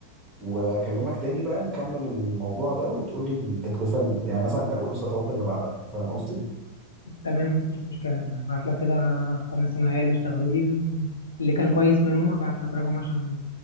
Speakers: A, on the right (about 20°); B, on the left (about 75°).
A: واكلمك تاني بقى نكمل الموضوع ده وتقول لي التكلفه ال- يعني مثلا او ايه الخطوات اللي بعدها فاهم قصدي؟
B: تمام مفيش مشكلة هبعت لك كده أرقام الصناعية اللي اشتغلوا لي اللي كان كويس منهم هبعت لك رقم عشان